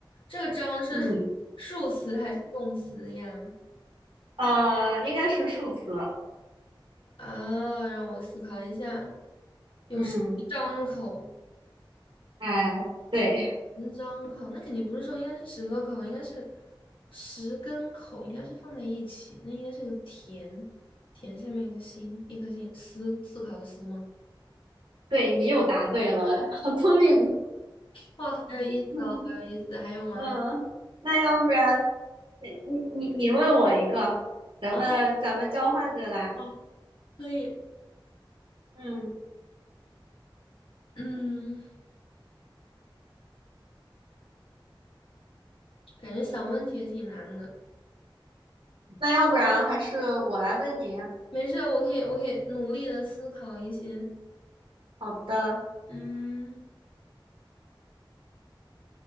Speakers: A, on the left (about 80°); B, on the right (about 75°).
A: 这个张是数词还是动词呀？
B: 嗯，呃，应该是数词，
A: 啊，让我思考一下，有十张口，
B: 嗯，哎，对
A: 十张口，那肯定不是说应该是十个口，应该是十根口，应该是放在一起，那应该是个田，田下面一个心，一颗心，思，思考的思吗？
B: 对，你又答对了，好聪明。
A: 哇，好有意思哦，
B: 嗯
A: 好有意思，还有吗？
B: 嗯，
A: 还有，
B: 那要不然，你你你你问我一个，咱们咱们交换着来。
A: 好棒哦可以，
B: 嗯，
A: 嗯，感觉想问题也挺难的，
B: 那要不然还是我来问你。
A: 没事我可以，我可以努力的思考一些，
B: 好的，
A: 嗯，